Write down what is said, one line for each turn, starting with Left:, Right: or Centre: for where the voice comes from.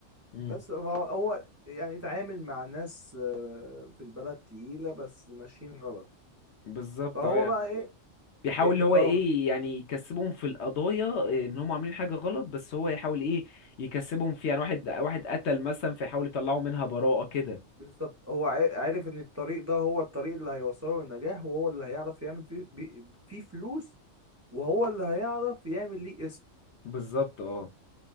Left: امم
Right: بس هو هو يعني اتعامل مع ناس آه، في البلد تقيلة بس ماشيين غلط
Left: بالظبط
Right: فهو
Left: اه يعني
Right: بقى ايه
Left: بيحاول
Right: إيه-
Left: اللي
Right: إيه،
Left: هو
Right: اه
Left: ايه يعني يكسبهم في القضايا ان هم عاملين حاجه غلط بس هو يحاول ايه يكسبهم فيها يعني واحد واحد قتل مثلا فيحاول يطلعوا منها براءه كده
Right: بالظبط هو ع- عارف ان الطريق ده هو الطريق اللي هيوصله للنجاح وهو اللي هيعرف يعمل فيه بي- فيه فلوس وهو اللي هيعرف يعمل ليه اسم
Left: بالظبط اه